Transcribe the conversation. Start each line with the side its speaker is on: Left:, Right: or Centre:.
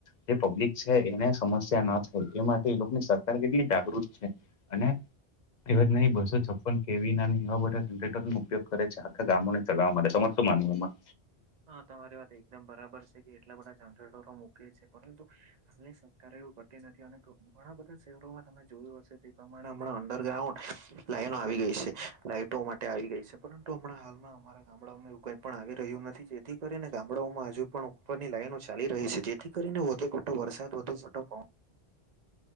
Left: જે પબ્લિક છે એને સમસ્યા ના થાય એ માટે એ લોકોની સરકાર કેટલી જાગૃત છે. અને એ જ નહી બસો છપ્પન કેવી ના એવા બધા જનરેટરનો ઉપયોગ કરે છે આખા ગામોને ચલાવવા માટે. તમારે શું માનવું એમાં?
Right: હા તમારી વાત એકદમ બરાબર છે કે એટલા બધા જનરેટરો મૂકે છે. પરંતુ હાલની સરકાર એવું કરતી નથી અને ગ ઘણા બધા શહેરોમાં તમે જોયું હશે તે પ્રમાણે હમણાં અંડરગ્રાઉન્ડ લાઈનો આવી ગઈ છે. લાઈટો માટે આવી ગઈ છે. પરંતુ હમણાં હાલમાં અમારા ગામડાઓમાં એવું કઈ પણ આવી રહ્યું નથી. તેથી કરીને ગામડાઓમાં હજુ પણ ઉપરની લાઈનો ચાલી રહી છે. જેથી કરીને વધુ મોટો વરસાદ, વધુ મોટો પવ